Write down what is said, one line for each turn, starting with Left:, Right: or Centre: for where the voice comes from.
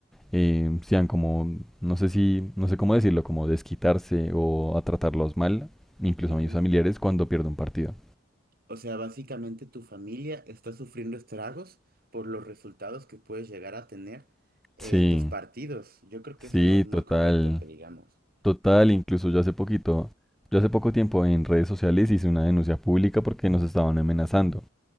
Centre: eh, sean como, no sé si, no sé cómo decirlo, como desquitarse o a tratarlos mal, incluso
Right: Ujú.
Centre: a mis familiares, cuando pierdo un partido.
Right: O sea, básicamente tu familia está sufriendo estragos por los resultados que puedes llegar a tener en
Centre: Sí,
Right: tus partidos. Yo creo que
Centre: sí,
Right: eso no es muy
Centre: total,
Right: correcto que digamos.
Centre: total, incluso yo hace poquito, yo hace poco tiempo en redes sociales hice una denuncia pública porque nos estaban amenazando.